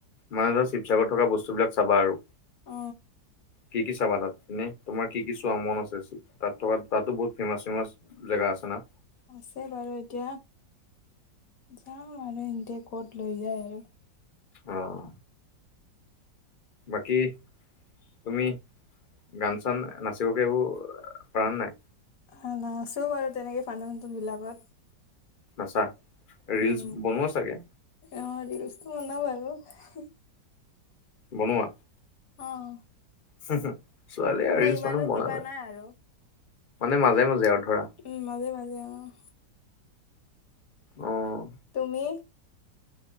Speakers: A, on the left; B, on the left.
A: মানে ধৰা শিৱসাগৰত থকা বস্তুবিলাক', চাবা আৰু,
B: অ',
A: কি - কি চাবা তাত, এনে তোমাৰ কি - কি চোৱা', চোৱাৰ মন আছে, শিৱসা', তাত থকা তাতো বহুত ফেমাচ-ফেমাচ জেগা আছে না?
B: আছে বাৰু এতিয়া, যাম আৰু সিহঁতে ক'ত লৈ যায় আৰু',
A: অহ', বাকী? তুমি, গান- চান, নাচিব - কাৰিব পাৰা নাই?
B: হয়, নাচো বাৰু তেনেকে <unintelligible>
A: নাচা, ৰিলচ
B: উম।
A: বনোৱা চাগে?
B: অ', ৰিলচতো বনাও বাৰু হু',
A: বনোৱা?
B: অ',
A: হুহু', ছোৱালীয়ে আৰু ৰিলচ
B: ইমানো
A: মানে
B: কিবা
A: বনালে,
B: নাই আৰু।
A: মানে মাজে - মাজে আৰু ধৰা',
B: উম', মাজে - মাজে অহ',
A: অহ',
B: তুমি?